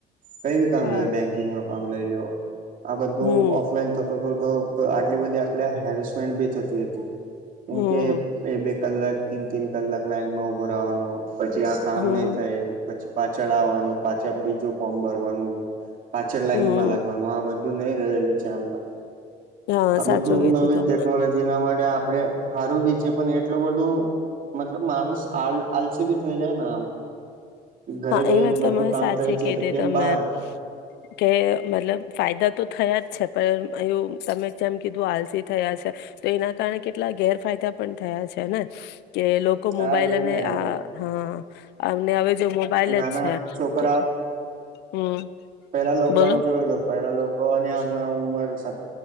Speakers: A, on the right; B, on the left.
A: કઈ બી કામ
B: હા
A: લઈ લો, બેંકિંગનું કામ લઈ લ્યો, આ બધું
B: હમ
A: ઓફલાઈન થતુ તો. તો, તો આટલી બધી આપણે હેરેસમેન્ટ બી થતી હતી. કેમકે
B: હમ
A: બે બે કલાક, તીન તીન કલાક લાઈનમાં ઉભો રવાનો. પછી આ કામ
B: હમ
A: નહીં થાય, પછી પાછળ આવવાનું, પાછા બીજું ફોર્મ ભરવાનું. પાછળ લાઈનમાં
B: હમ
A: લાગવાનું આ બધું નહી રહેલું છે, હમના.
B: હા
A: આ
B: સાચું
A: બધું
B: કીધું
A: નવીન
B: તમે
A: ટેકનોલોજીના મા આપડે હારું બી છે, પન એટલું બધું મતલબ માનસ આલ આલસી બી થઈ જાય. ને ઘરે
B: હા
A: બેહીને
B: એ વાત તમારી
A: બધું કામ
B: સાચી
A: થાય છે,
B: કીધી
A: તો કેમ
B: તમે
A: બહાર
B: કે મતલબ ફાયદા તો થયા જ છે પણ એવુ તમે જેમ કીધું આલસી થયા છે, તો એના કારણે કેટલા ગેરફાયદા પણ થયા છે. છે ને, કે લોકો
A: હા
B: મોબાઈલ
A: એ
B: અને
A: ને એના
B: હ અ આમ ને હવે જો મોબાઈલ
A: નાના
B: જ છે
A: નાના છોકરા,
B: તો હમ
A: પેહેલા લોકો
B: બોલો
A: જોઈ લો, પેલા લોકો તો અને હમણા ઉંમર સા